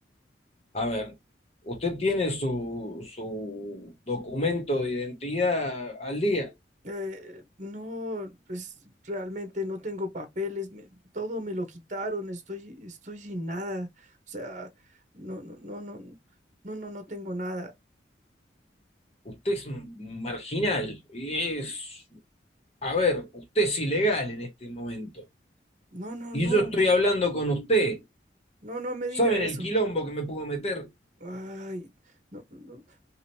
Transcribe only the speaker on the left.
A ver, usted tiene su, su documento de identidad al día.
Usted es un marginal y es, a ver, usted es ilegal en este momento.
Y
yo estoy hablando con usted.
¿Saben
el quilombo que me puedo meter?